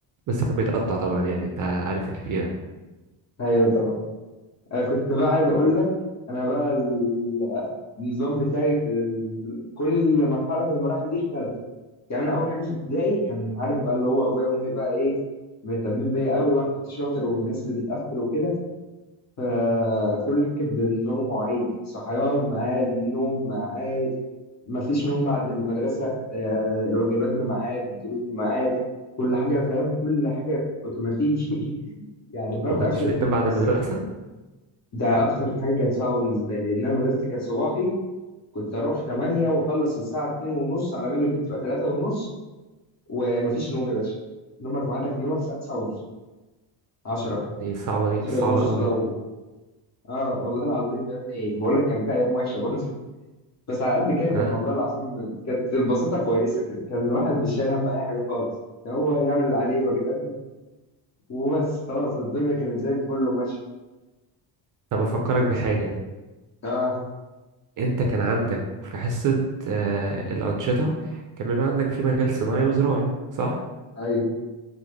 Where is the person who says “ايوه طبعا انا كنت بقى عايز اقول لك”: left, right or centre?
Left